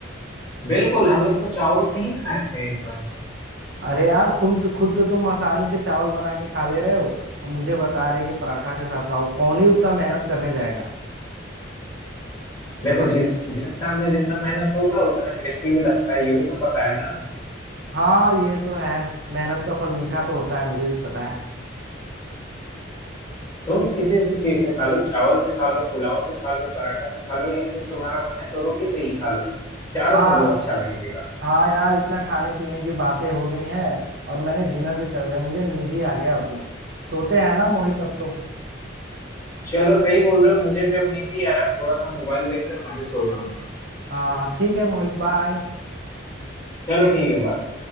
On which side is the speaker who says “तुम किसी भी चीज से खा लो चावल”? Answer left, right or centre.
Left